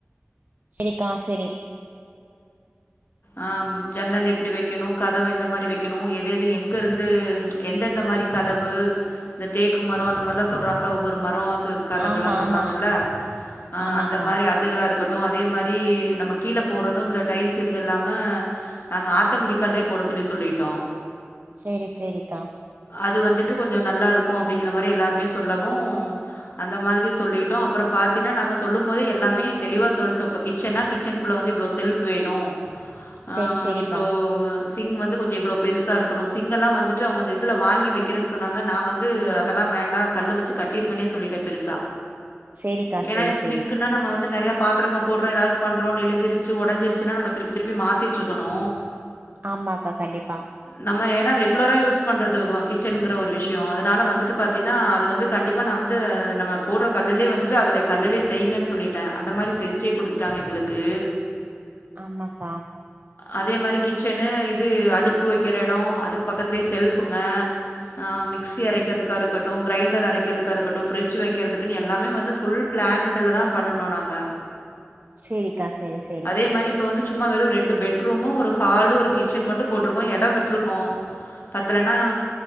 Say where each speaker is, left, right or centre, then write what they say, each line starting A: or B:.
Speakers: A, on the right; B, on the left.
A: செரிக்கா செரி
B: ஆ ஜன்னல் எப்டி வெக்கணு கதவு எந்த மாரி வெக்கணு எது எது எங்கருந்து ம் எந்தெந்த மாரி கதவு இந்த தேக்கு மரோ அந்த மார்லா சொல்றாங்கல்ல ஒவ்வொரு மரோ அது கதவெல்லா
A: ஆமா
B: சொல்றாங்கல்ல
A: ஆமா
B: ஆ
A: ஆமாக்கா
B: அந்த மாரி அக் த்துகளா இருக்கட்டு அதே மாரி நம்ம கீழ போட்றது இந்த டைல்ஸ்சு துக இல்லாம நாங்க ஆத்தங்குடி கல்லே போட சொல்லி சொல்லிட்டோ
A: சேரி சேரிக்கா
B: அது வந்துட்டு கொஞ்சோ நல்லா இருக்கு அப்டிங்கிற மாரி எல்லாருமே சொல்லவு அந்த மாதிரி சொல்லிட்டோ அப்றோ பாத்தினா நாங்க சொல்லும் போதே எல்லாமே தெளிவா சொல்ட்டோ இப்ப கிச் ச்சன்னா கிச்சன் குள்ள வந்து இவ்ளோ செல்ஃப் வேணு
A: சரி
B: ஆ
A: சரிக்கா
B: இவ்ளோ சிங் வந்து கொஞ்சோ இவ்ளோ பெருசா இருக்கணு சிங்கல்லா வந்துட்டு அவங்க இந்த இதுல வாங்கி வைக்கிறன் சொன்னாங்க நா வந்து அதெல்லா வேண்டா கல்லு வச்சு கட்டிருங்கன்னே சொல்லிட்டே பெருசா
A: சரிக்கா
B: ஏனா
A: சரி
B: இது
A: சரி
B: சிங்குன்னா நம்ம வந்து நெறைய பாத்திரங்க போட்றோ எதாது பண்றோ நெலிஞ்சிருச்சு ஒடஞ்சிருச்சுன்னா நம்ம திருப்பி திருப்பி மாத்திட்ருக்கணு
A: ஆமாக்கா கண்டிப்பா
B: நம்ம ஏனா ரெகுலராா யூஸ் பண்றது வ கிச்சன்ங்குற ஒரு விஷ்யோ அதுனால வந்துட்டு ப த்தினா அது வந்து கண்டிப்பா நா வந்து நம்ம போட்ற கல்லுலே வந்துட்டு அதுல கல்லுலே செய்ங்கன் சொல்லி ட்டே அந்த மாரி செஞ்சே குடுத்துட்டாங்க எங்குளுக்கு
A: ஆமாக்கா
B: அதே மாரி கிச்சன்னு இது அடுப்பு வக்கிற எடோ அதுக்கு பக்கத்துலே செல்ஃபுங்க அ மிக்சி அரைக்றதுக்கா இருக்கட்டு கிரைண்டர் அரைக்றதுக்கா இருக்கட்டு பிரிட்ஜ் வைக்கிறதுக்குன் எல்லாமே வந்து ஃபுல் பிளான் டுலதா பண்ணுனோ நாங்க
A: சேரிக்கா சேரி சேரி
B: அதே மாரி இப்ப வந்து சும்மா வெறு ரெண்டு பெட்ரூமு ஒரு ஹாலு ஒரு கிச்சன் மட்டு போட்ருக்கோ எடோ விட்ருக்கோ பத்தலன்னா